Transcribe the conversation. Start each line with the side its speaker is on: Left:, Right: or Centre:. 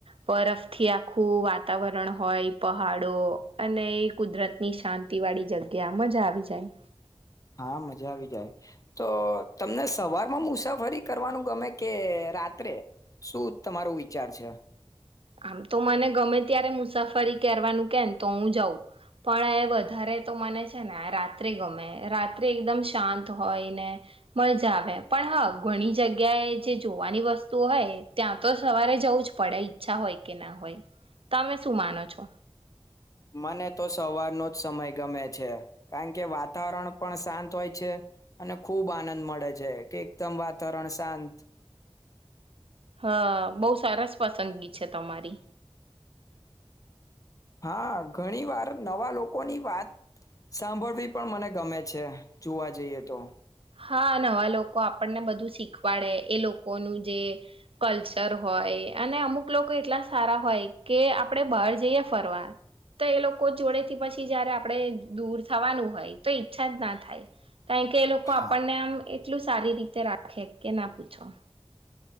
Right: બરફથી આખું વાતાવરણ હોય પહાડો અને કુદરત ની શાંતિ વાળી જગ્યા મજા આવી જાય
Left: હા મજા આવી જાય તો તમને સવારમાં મુસાફરી કરવાનું ગમે કે રાત્રે શું તમારોું વિચાર છે
Right: આમ તો મને ગમે ત્યારે મુસાફરી કરવાનું કેને તો હું જઉં પણ એ વધારે તો મને છે ને રાત્રે ગમે રાત્રે એકદમ શાંત હોય ને મજા આવે પણ હા ઘણી જગ્યાએ જે જોવાની વસ્તુ હોય ત્યાં તો સવારે જવું જ પડે અચ્છા હોય કે ના હોય તમે શું માનો છો
Left: મને તો સવારનો જ સમય ગમે છે કારણ કે વાતાવરણ પણ શાંત હોય છે અને ખૂબ આનંદ મળે છે કે એકદમ વાતાવરણ શાંત
Right: હા બહુ સરસ પસંદગી છે તમારી
Left: હા ઘણી વાર નવા લોકોની વાત સાંભળવી પણ મને ગમે છે જોવા જઈએ તો
Right: હા નવા લોકો આપણને બધું શીખવાડે એ લોકોનું જે કલ્ચર હોય અને અમુક લોકો એટલા સારા હોય કે આપણે બહાર જઈએ ફરવા તો એ લોકો જોડેથી પછી જયારે આપણે દૂર થવાનું હોય તો ઈચ્છા જ ના થાય કારણ કે એ લોકો તો આપણને
Left: હા
Right: આમ કેટલું સારી રીતે રાખે કે ના પૂછો